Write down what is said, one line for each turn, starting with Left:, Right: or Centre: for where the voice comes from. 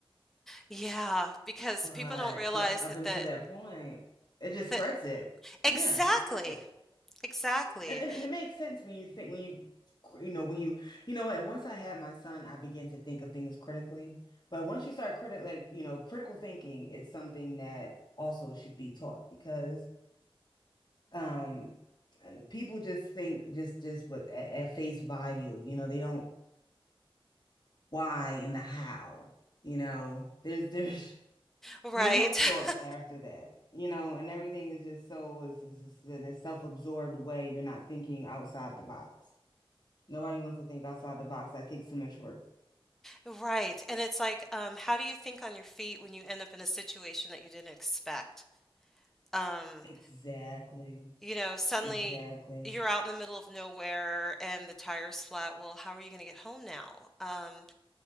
Centre: Yeah, because
Left: But
Centre: people don't realize
Left: but up
Centre: that
Left: until
Centre: that
Left: that point, it just spreads
Centre: that
Left: it.
Centre: Exactly.
Left: Yeah, it spreads it.
Centre: Exactly.
Left: And, and and it makes sense when you think when you you know when you you know what once I had my son I began to think of things critically but once you start critic like you know critical thinking is something that also should be taught because um and the people just think just just with at, at face value you know they don't why and the how you know there's there's <laughs>
Centre: Right.
Left: there's no thought
Centre: <laughs>
Left: after that you know and everything is just so is is is in a self-absorbed way you're not thinking outside the box Nobody wants to think outside the box. That takes too much work.
Centre: Right. And it's like, um, how do you think on your feet when you end up in a situation that you didn't expect? Um,
Left: Exactly.
Centre: you know, suddenly
Left: Exactly.
Centre: you're out in the middle of nowhere and the tire's flat. Well, how are you going to get home now? Um,